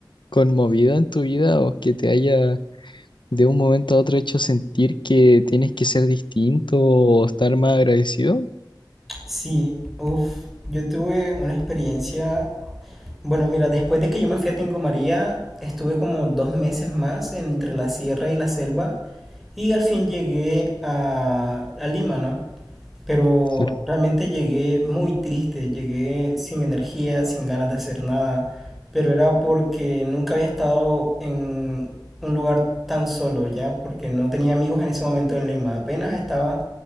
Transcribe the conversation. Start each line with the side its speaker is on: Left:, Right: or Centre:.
Left: conmovido en tu vida o que te haya de un momento a otro hecho sentir que tienes que ser distinto o estar más agradecido.
Centre: Sí, uff, yo tuve una experiencia, bueno, mira, después de que yo me fui a Tingo María, estuve como dos meses más entre la sierra y la selva y al fin llegué a, a Lima, ¿no? Pero
Left: Claro.
Centre: realmente llegué muy triste, llegué sin energía, sin ganas de hacer nada, pero era porque nunca había estado en un lugar tan solo ya, porque no tenía amigos en ese momento en Lima, apenas estaba,